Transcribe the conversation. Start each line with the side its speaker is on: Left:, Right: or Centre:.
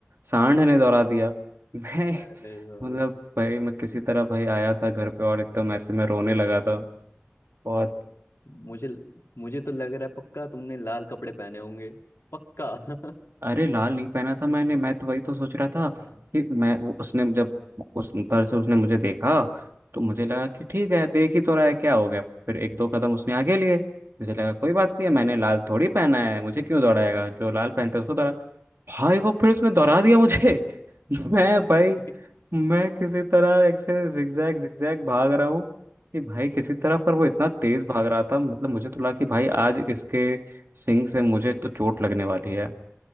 Right: सांड ने दौड़ा दिया <laughs> मैं
Left: अरे भाई
Right: मतलब भाई मैं किसी तरह भाई आया था घर पे और एकदम ऐसे मैं रोने लगा था बहुत
Left: मुझे मुझे तो लग रहा है पक्का तुमने लाल कपड़े पहने होंगे पक्का <laughs>
Right: अरे लाल नहीं पहना था मैंने मैं तो वही तो सोच रहा था
Left: हाँ
Right: कि मैं वो उसने जब उस तरह से उसने मुझे देखा तो मुझे लगा कि ठीक है देख ही तो रहा है क्या हो गया फिर एक दो कदम उसने आगे लिए मुझे लगा कोई बात नहीं है
Left: हम्म,
Right: मैंने लाल थोड़ी पहना है मुझे क्यों दौड़ाएगा जो लाल
Left: हम्म,
Right: पहनता है उसको दौड़ा भाई वो फिर उसने दौड़ा दिया मुझे <laughs> मैं
Left: <laughs> हम्म,
Right: भाई मैं किसी तरह एक से जिगजैग जिगजैग भाग रहा हूँ कि भाई किसी तरह पर वो
Left: हम्म,
Right: इतना तेज भाग रहा था मतलब मुझे तो लगा कि भाई आज
Left: हम्म,
Right: इसके सिंग से मुझे तो चोट लगने वाली है